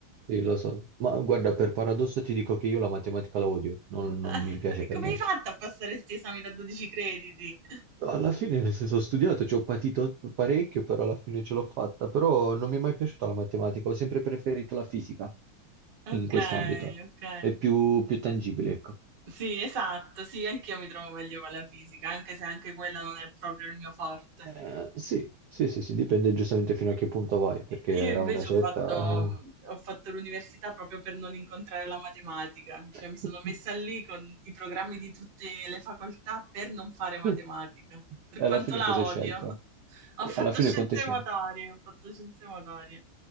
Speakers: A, on the right (about 75°); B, on the right (about 55°).
A: Sì, lo so, ma guarda, per paradosso ti dico che io la matematica la odio, non, non
B: <laughs>
A: mi piace
B: E
A: per
B: come
A: niente.
B: hai fatto a passare questi esami da 12 crediti?
A: Alla fine, nel senso, ho studiato, ci ho patito parecchio, però alla fine ce l'ho fatta, però non mi è mai piaciuta la matematica, ho sempre preferito la fisica
B: Ok,
A: in quest'ambito,
B: ok.
A: è più, più tangibile, ecco.
B: Sì, esatto, sì, anch'io mi trovo meglio con la fisica, anche se anche quella non è proprio il mio forte.
A: Eh, sì, sì, sì, sì, dipende giustamente fino a che punto vai, perché
B: Io invece
A: a una certa...
B: ho fatto, mhmm, ho fatto l'università proprio per non incontrare la matematica, cioè
A: <laughs>
B: mi sono messa lì con i programmi di tutte le facoltà per non fare matematica,
A: E
B: per quanto
A: alla fine
B: la
A: cosa hai
B: odio.
A: scelto?
B: <laughs> Ho fatto
A: Alla fine
B: scienze
A: quanto hai scelto?
B: motorie, ho fatto scienze motorie.